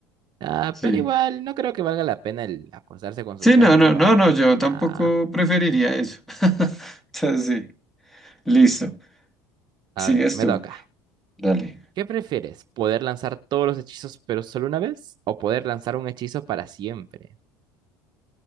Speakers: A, on the right; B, in the centre.
A: Ah,
B: sí.
A: pero igual, no creo que valga la pena el acostarse con
B: Sí,
A: su jefe,
B: no, no,
A: ¿no? Para...
B: no, no, yo
A: Nah.
B: tampoco preferiría eso. <laughs> Entonces, sí, listo.
A: A
B: Sigues
A: ver, me
B: tú.
A: toca.
B: Dale.
A: ¿Qué prefieres? ¿Poder lanzar todos los hechizos pero solo una vez? ¿O poder lanzar un hechizo para siempre?